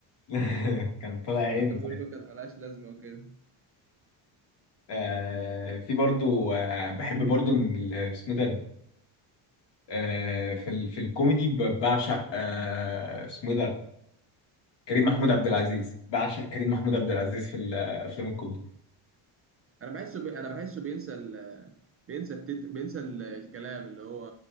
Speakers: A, on the left; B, on the right.
A: <laughs> كان طالع عينه
B: لما كان
A: ساعتها
B: بيقول له كانت ملهاش لازمة وكده
A: آه في برضو آه بحب برضو إن ال- اسمه ده آه، في ال... في الكوميدي ب- بعشق آه، اسمه ايه ده كريم محمود عبد العزيز بعشق كريم محمود عبد العزيز في الافلام الكوميدي
B: أنا بحسه بي... أنا بحسه بينسى ال... بينسى التتر... بينسى ال... الكلام اللي هو